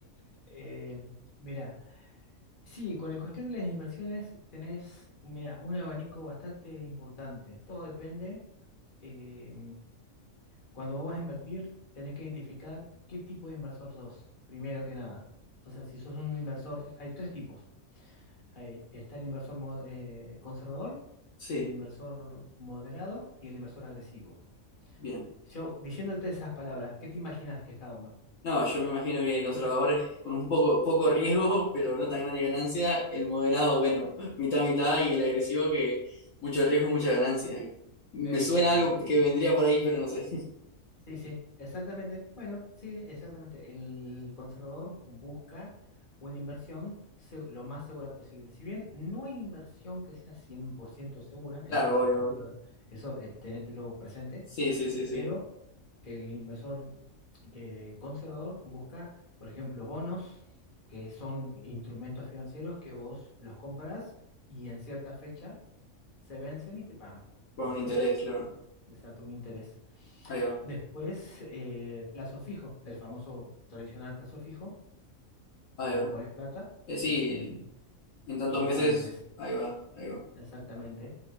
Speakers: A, on the left; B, on the left.
A: eh, mira, sí, con el cuestión de las inversiones tenés, mira, un abanico bastante importante. Todo depende. eh, cuando vos vas a invertir, tenés que identificar qué tipo de inversor sos, primero que nada. O sea, si sos un inversor, hay tres tipos. Hay, está el inversor mo- eh, conservador,
B: Sí,
A: el inversor moderado y el inversor agresivo.
B: bien.
A: Yo, diciéndote esas palabras, ¿qué te imaginas que es cada uno?
B: No, yo me imagino que el conservador es con un poco, poco riesgo, pero no tan grande ganancia. El moderado, bueno, mitad, mitad, y el agresivo que mucho riesgo y mucha ganancia. Me
A: Exactamente.
B: suena algo que vendría por ahí, pero no sé. <laughs>
A: Sí, sí, exactamente. Bueno, sí, exactamente. El conservador busca una inversión se- lo más segura posible. Si bien no hay inversión que sea 100% segura,
B: Claro,
A: eso sacártelo,
B: obvio. obvio.
A: eso eh, tenételo presente,
B: Sí, sí, sí, sí.
A: pero el inversor que conservador busca, por ejemplo, bonos, que son instrumentos financieros que vos los compras y en cierta fecha se vencen y te pagan.
B: Con
A: O
B: un
A: sea,
B: interés, claro.
A: desata un interés.
B: Ahí va,
A: Después, eh, plazo fijo, el famoso tradicional plazo fijo,
B: ahí
A: que
B: va.
A: vos pones plata
B: Eh, sí,
A: y, en-
B: en tantos
A: y te
B: meses,
A: pagan interés.
B: ahí va, ahí va.
A: Exactamente.